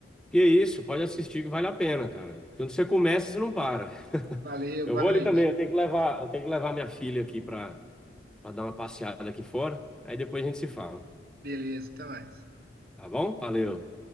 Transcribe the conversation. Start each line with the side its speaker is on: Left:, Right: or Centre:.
Centre: Que isso, pode assistir que vale a pena, cara. Quando você começa, você não para. <laughs>
Right: Valeu,
Centre: Eu
Right: boa
Centre: vou
Right: noite.
Centre: ali também, eu tenho que levar, eu tenho que levar minha filha aqui para dar uma passeada aqui fora. Aí depois a gente se fala,
Right: Beleza, até mais.
Centre: tá bom? Valeu.